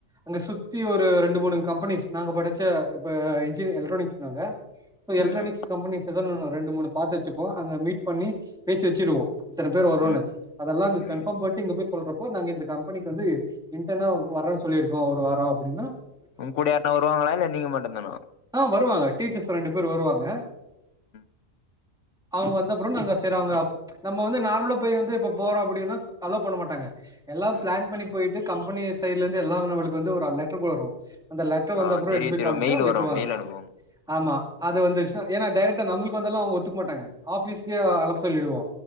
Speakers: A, in the centre; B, on the left.
A: அங்க சுத்தி ஒரு ரெண்டு மூணு கம்பெனிஸ் நாங்க படிச்ச இப்ப இன்ஜினிய எலக்ட்ரானிக்ஸ் நாங்க இப்ப எல்க்ட்ரானிக்ஸ்
B: ம்
A: கம்பனிஸ் எதோ ஒன்னு ரெண்டு மூனு பாத்து வெச்சுப்போ அங்க மீட் பண்ணி பேசி வெச்சுடுவோ இத்தன பேர் வரோன்னு
B: ம்
A: அதெல்லா இங்க
B: ம்
A: கன்ஃபாம் பண்ட்டு இங்க போய் சொல்றப் இப்போ நாங்க இந்த கம்பெனிக்கு வந்து இன்டன்னா வரேன் சொல்லிருக்கோ ஒரு வாரோ அப்படின்னா
B: உங்கூட யார்னா வருவாங்களா இல்ல நீங்க மட்டுந்தானா
A: ஆ வருவாங்க டீச்சர்ஸ் ரெண்டு பேரு வருவாங்க
B: <inaudible>
A: அவுங்க வந்த அப்புறோ நாங்க செரி அவுங்க நம்ம வந்து நார்மலா போய் வந்து இப்ப போறோ அப்படின்னா அலோ பண்ண மாட்டாங்க எல்லாம்
B: ம்
A: ப்ளான் பண்ணி போய்ட்டு கம்பெனி சைட்லெந்து எல்லா நம்மளுக்கு வந்து ஒரு அ லெட்டர் வரு அந்த லெட்டர் வந்த
B: ஆ
A: அப்புறோ
B: தெரியு
A: எட்த் போய்
B: தெரியு
A: காமிச்சா
B: மெயில்
A: விட்ருவாங்க
B: வரு மெயில் அனுப்புவாங்க
A: ஆமா அது வந்துச்னா ஏனா டேரெக்டா நம்மளுக்கு வந்தாலா அவுங்க ஒத்துக்க மாட்டாங்க ஆபீஸ்க்கே அனப் சொல்லிடுவோ